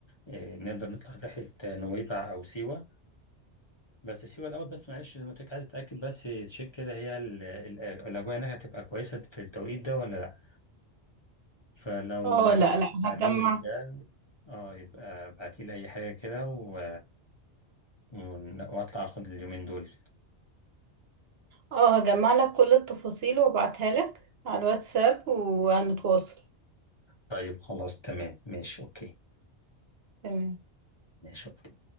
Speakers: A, on the left (about 25°); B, on the right (about 65°).
A: آه، نقدر نطلع رحلة نويبع أو سيوة بس سيوة الأول بس معلش زي ما قلت لك عايز أتأكد بس تشيك كده هي ال- ال- الأجواء هناك هتبقى كويسة في التوقيت ده ولا فلو
B: اه
A: معرفتش
B: لا لا
A: تساعديني
B: هجمع
A: في ده اه يبقى ابعتيلي اي حاجة كده و... ون- واطلع اخد اليومين دول
B: اه هجمع لك كل التفاصيل وابعتها لك على الواتساب وهنتواصل
A: طيب خلاص تمام ماشي اوكي
B: تمام
A: ماشي اوكي